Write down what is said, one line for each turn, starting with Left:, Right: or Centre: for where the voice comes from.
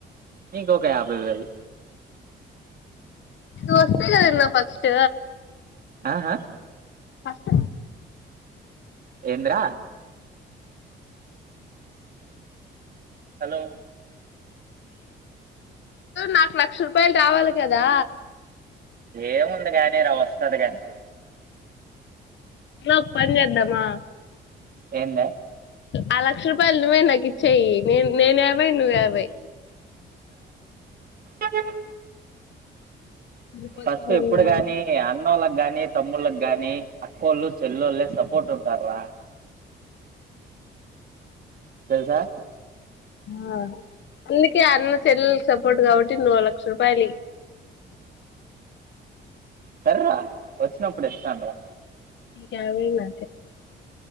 Right: నీకు ఒక కారు హారన్
Left: ఇది వస్తే కథ అన్నఫస్ట్
Right: ఆహా
Left: కష్టం
Right: ఎం ద్ర హలో
Left: నాకు లక్ష రూపాయలు రావాలి కదా
Right: ఏముంది కానీవస్తది కానీ
Left: ఇంట్లో పనిదామా
Right: ఏందే
Left: ఆ లక్ష రూపాయలువే నువ్వేనాకు ఇచ్చేయి నేనే తింటేను యాభై
Right: బస్సు హారం
Left: సరిపోతుందన్నా
Right: పస్పు ఎప్పుడు గాని అన్న వాళ్ళకి గాని తమ్ముళకిగాని అక్కోళ్ళు చెల్లళ్ళ సపోర్ట్ ఉంటార రా తెలుసా
Left: ఆ అందుకే అన్న చెల్ సపోర్ట్ కాబట్టి నూ లక్ష రూపాయలు
Right: సర్వా వచ్చినప్పుడు ఇస్తాన రా
Left: కావ మా